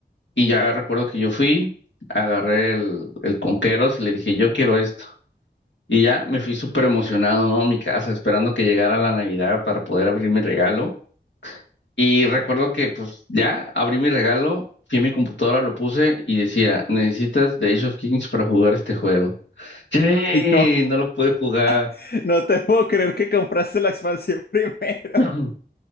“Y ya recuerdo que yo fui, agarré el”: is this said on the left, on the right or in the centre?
Left